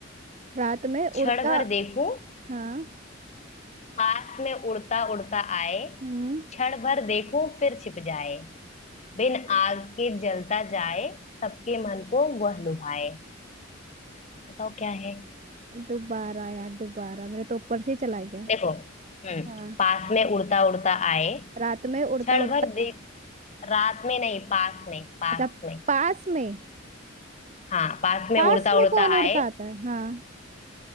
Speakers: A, on the right; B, on the left.
A: रात में
B: क्षण
A: उड़ता
B: भर देखूं
A: हाँ
B: पास में उड़ता उड़ता आए
A: हम्म
B: क्षण भर देखूं फिर छिप जाए बिन आग के जलता जाए सबके मन को वह लुभाए बताओ क्या है
A: दोबारा यार दोबारा मेरे तो ऊपर से ही चला गया
B: देखो हम्म
A: हाँ
B: पास में उड़ता उड़ता आए
A: रात में उड़ता
B: क्षण
A: उड़ता
B: भर देख
A: है
B: रात में नहीं पास में पास
A: अच्छा
B: में
A: पास में
B: हाँ पास में
A: पास
B: उड़ता
A: में
B: उड़ता
A: कौन उड़ता
B: आए
A: आता है हाँ